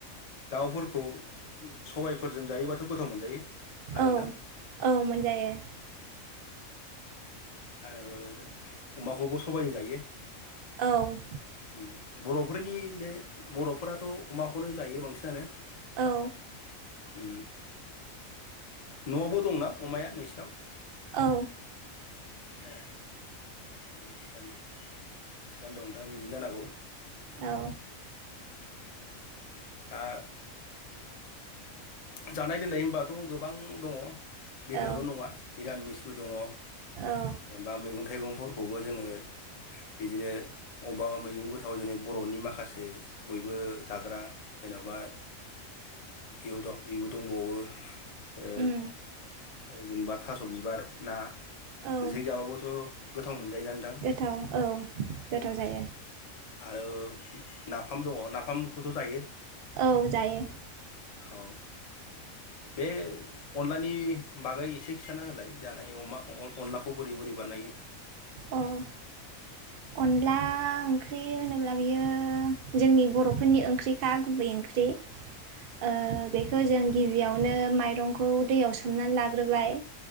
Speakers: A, on the left; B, on the right.
A: दाउफोरखौ सबायफोरजों जायोबाथ गोथाव मोनजायो ना
B: औ
A: नोंथां
B: औ मोनजायो
A: आरो अमाखौबो सबायजों जायो।
B: औ
A: उम बर'फोरनि बे बर'फोराथ' अमाखौनो जायो बांसिनानो
B: औ
A: उ न'आवबो दंना अमाया नोंसिनाव?
B: औ
A: ए थिखानो दं थिखानो दं नोंथाङा बिदिनो जानांगौ
B: औ
A: दा जानाय लोंनाय होनबाथ गोबां दङ बेदरल
B: औ
A: नङा मिरामिस दङ
B: औ
A: जेनबा मैगं-थाइगंफोरखौबो जोङो बिदिनो अबेबाबा मैगं गोथाव जेननो बर'नि माखासे बयबो जाग्रा जेन'बा इबो दंबावो ओ
B: उम
A: जेनेबा थास बिबार ना
B: औ
A: बेजों जाबाबोथ गोथाव मोनजायोना नोंथां
B: गोथाव औ गोथाव जायो।
A: आरो नाफाम दङ नाफामखौथ' जायो।
B: औ जायो
A: औ बे अनलानि बागै एसे खिथाना होलाय जानाय अमा अन अनलाखौ बोरै बोरै बानायो?
B: औ। अनला ओंख्रि होनोब्ला बियो जोंनि बर'फोरनि ओंख्रिखा गुबै ओंख्रि।
A: <inaudible>
B: ओ बेखौ जों गिबियावनो माइरंखौ दैयाव सोमनानै लाग्रोबाय